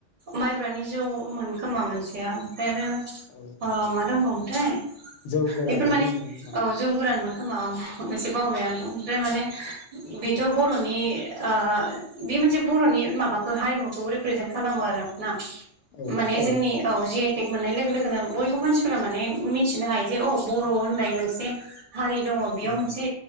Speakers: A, on the right; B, on the left.
A: माइब्रानि जौमोन खोमा मोनसेया। <unintelligible> आरो
B: औ
A: अ <unintelligible> दंबावो मोनथाय
B: जौ गोरानाबो
A: बेफोर माने
B: मोनदों खोमा
A: औ जौ गोरान मोन खोमा औ। एसे बावबाय आं। ओमफ्राय माने बिथ बरनि आ बे मोनसे बरनि माबा। हारिमुखौ रिप्रेजेन्ट खालामो आरो ना।
B: औ
A: माने
B: औ
A: जोंनि औ जि टेक मोननाय लोगो लोगोन बयबो मानसि फोरा माने मिथिनो हायो जे अ बर होननाय मोनसे। हारि दङ बेयाव
B: औ
A: मोनसे।